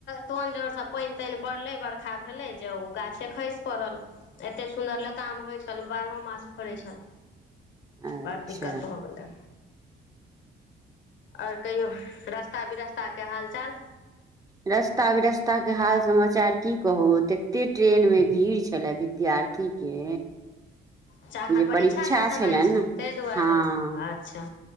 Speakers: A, on the left; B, on the right.
A: तोन जर पेन तेन पड़लै बड़का सखा भेलै जे ओ गाछे खसि पड़ल, एतेक सुन्दर लता म होइ छल ओ बारहो मास फड़ै छल।
B: अच्छा
A: बड़ दिक्कत भऽ गेलै। आओर कहियो। रास्ता बिरस्ता के हाल चाल।
B: रस्ता बिरास्ता के हाल समाचार की कहू तते ट्रेन मे भीड़ छले विद्यार्थी के।
A: च्छा एखन
B: जे
A: परीक्षाके
B: परीक्षा
A: समय
B: छलनि
A: छै
B: ने
A: ताहि दुआरे
B: हँ
A: अच्छा